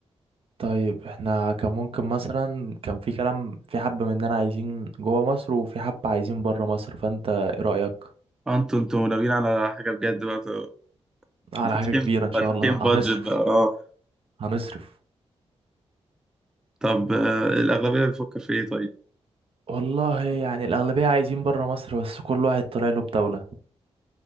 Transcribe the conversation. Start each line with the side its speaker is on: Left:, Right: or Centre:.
Right: طيب احنا كان ممكن مثلا كان في كلام في حبة مننا عايزين جوه مصر وفي حبة عايزين بره مصر فانت ايه رأيك
Centre: أنتوا أنتوا ناويين على حاجة بجد بقى ت-
Right: على
Centre: فاتحين
Right: حاجة كبيرة ان شاء
Centre: فاتحين
Right: الله <laughs> هنصرف
Centre: بادجت بقى أه
Right: هنصرف
Centre: طب آه، الأغلبية بتفكر في إيه طيب؟
Right: والله يعني الأغلبية عايزين بره مصر بس كل واحد طالع له بدولة